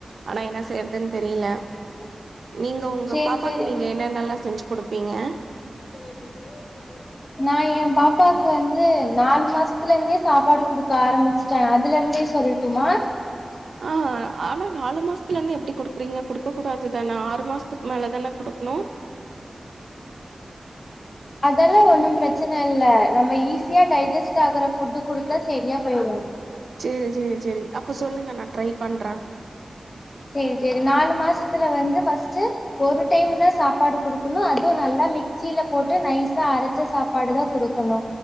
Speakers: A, on the right; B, on the left.
A: ஆனா என்ன செய்யறதுன் தெரில
B: <inaudible>
A: நீங்க ஒங்க
B: சேரி
A: பாப்பாக்கு
B: சேரி
A: நீங்க என்னன்னல்லா செஞ்சு குடுப்பீங்க
B: <inaudible> நா எ பாப்பாக்கு வந்து நாலு மாசத்துல இருந்தே சாப்பாடு குடுக்க ஆரம்பிச் ஸ்டே அதுல இருந்தே சொல்லடுமா <inaudible>
A: ஆ ஆனா நாலு மாசத்துல இருந்து எப்டி குடுப்பிங்க குடுக்க கூடாதுதான ஆறு மாசத்துக்கு மேல தான குடுக்ணு
B: அதல்லா ஒன்னு பிரச்சன இல்ல நம்ம ஈஸியா டைஜஸ்ட் ஆகற ஃபுட்டு குடுத்தா சரியா போய்று
A: சேரி சேரி சேரி அப்ப சொல்லுங்க நா ட்ரை பண்றே
B: சேரி சேரி நாலு மாசத்துல வந்து ஃபஸ்டு ஒரு டைம் தா சாப்பாடு குடுக்கணு அதுவு நல்லா மிக்சில போட்டு நைசா அரச் ச சாப்பாடு தா குடுக்கணு